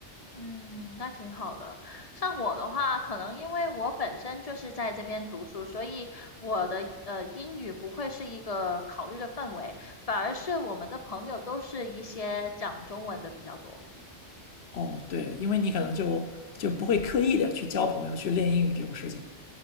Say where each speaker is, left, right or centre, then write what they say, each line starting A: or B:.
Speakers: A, on the left; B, on the left.
A: 嗯，那挺好的。像我的话，可能因为我本身就是在这边读书，所以我的呃英语不会是一个考虑的范围，反而是我们的朋友都是一些讲中文的比较多。
B: 哦，对，因为你可能就就不会刻意的去交朋友、去练英语这种事情。